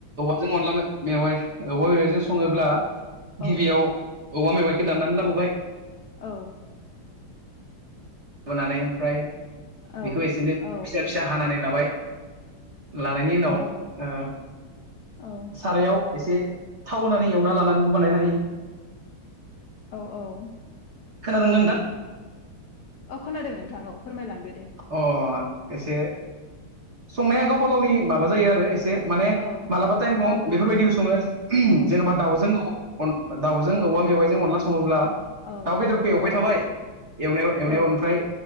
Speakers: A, on the right; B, on the left.
A: <unintelligible>
B: औ
A: दाननानै लाबोबाय।
B: औ।
A: लाबोनानै ओमफ्राय
B: औ
A: बिखौ एसे दोन
B: औ
A: फिसा फिसा हानानै लाबाय। लानायनि उनाव
B: औ
A: ओ
B: औ
A: सारायाव एसे थाव होनानै एवना लानानैबो बानायनो हायो।
B: औ औ
A: खोनादोंना नोंथां?
B: अ खोनादों नोंथां औ फोरमायलांदो दे
A: अ एसे संनाया गावबा गावनि माबा जायो आरो ए माने
B: औ
A: मालाबा टाइमाव
B: गावबा गावनि
A: बेफोरबायदिबो सङो <unintelligible>
B: औ
A: जेनेबा दाउजों अन दाउजों औवा मेवाइजों अनला सं ङोब्ला
B: औ
A: दाउ बेदरखौ
B: औ
A: एवबाय थाबाय एवनायाव एवनायाव
B: औ
A: ओमफ्राय